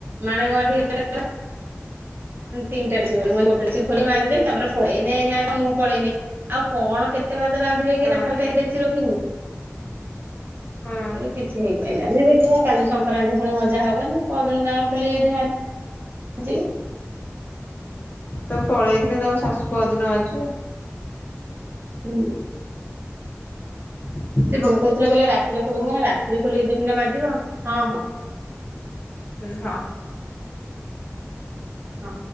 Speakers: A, on the right; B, on the left.
A: ମାଣେ ଗଣ ଟିକି ତିନିଟ ଗୋଟ ଖ ମାଜିଦ ତାପରେ ପଳେଇଲାନି ନା ମୁଁ ପଳେଇନି ଆଉ କଣ କେତେ ଭାତ ରାନ୍ଧିବେ କି
B: ହଁ
A: ଏଟା ଖାଲି ଟା ଦେଖିଛି ରଖିବୁ?
B: ହଁ
A: ଏବେ କିଛି ହେଇପାରିଲାନି। ଦେଖିବା କାଲି ସଂକ୍ରାନ୍ତି ପୁଣି ମଜା ହବନି ପରଦିନ କାଲି ଯଦିି
B: ତମେ ପଳେଇଥିଲ ତମ ଶାଶୁ ପଅର ଦିନ <unintelligible>
A: ହୁଁ।
B: ହୁଁ।
A: ସେ ବୋଉ କହୁଥିଲେ କହିଲେ ରାତିରେ ଖୋଲ ମୁୁ ରାତିରେ ଖୋଲିକି ଦେମି ନା ମାଜିବ ଆ ହଁ ହଁ।
B: ହୁଁ ହଁ।
A: ହଁ।